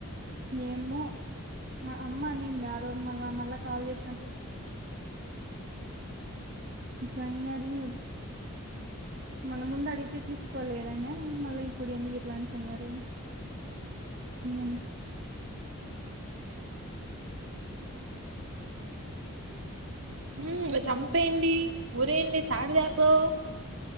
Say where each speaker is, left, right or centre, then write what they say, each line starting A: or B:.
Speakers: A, on the right; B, on the right.
A: ఏమో అమ్మ అనింది ఆ రోజు మళ్ళ మళ్ళా కాల్ జేసినప్పుడు ఇట్ల అన్నరు మళ్ళ ముందు అడిగితే తీసుకోలేదనే మళ్ళ ఇప్పుడు ఎందుకు ఇట్లాంటున్నారు. అంతే
B: ఉమ్ ఇగ చంపేయండి ఊరేయండి తాడుదేపో